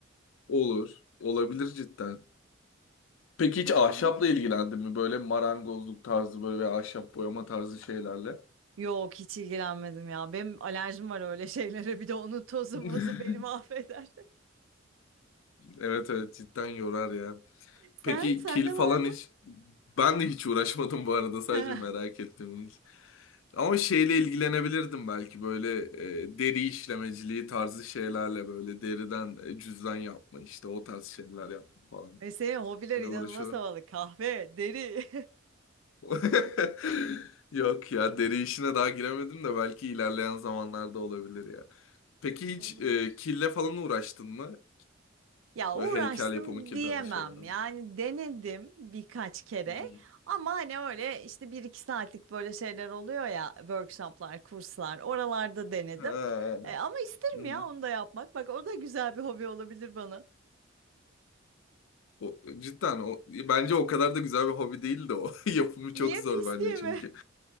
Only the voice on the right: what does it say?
Değil
mi? İyi fikir.
Yok, hiç ilgilenmedim ya. Benim alerjim var öyle şeylere. Bir de onun tozu
mozu beni mahveder.
<laughs> Sen,
sende
var mı?
<laughs> Heh.
E senin hobiler
inanılmaz
havalı. Kahve, deri.
<laughs> Olabilir.
Ya
uğraştım
diyemem.
Yani denedim birkaç kere
ama hani öyle işte bir iki saatlik böyle şeyler oluyor ya workshoplar, kurslar oralarda denedim.
E, ama isterim
ya onu da yapmak. Bak o da güzel bir hobi olabilir bana.
Niye
pis
diye
mi? <laughs>